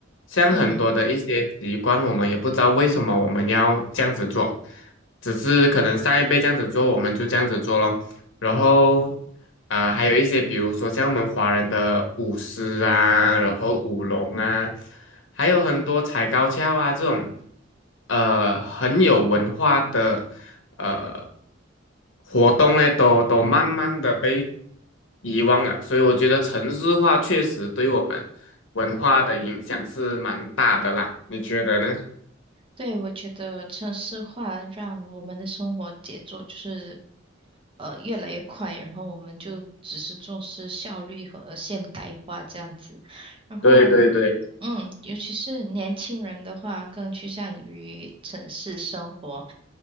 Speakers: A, on the left; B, on the right.
A: 像很多的一些习惯，
B: 嗯，
A: 我们也不知道为什么我们要这样子做，只是可能上一辈这样子做，我们就这样子做咯。然后呃，还有一些比如说像我们华人的舞狮啊，然后舞龙啊，还有很多踩高跷啊这种，呃，很有文化的呃活动呢，都都慢慢的被遗忘了。所以我觉得城市化确实对我们文化的影响是蛮大的啦，你觉得呢？
B: 对，我觉得城市化让我们的生活节奏就是呃越来越快，然后我们就只是重视效率和现代化这样子，然后。
A: 对对对
B: 嗯，尤其是年轻人的话，更趋向于城市生活。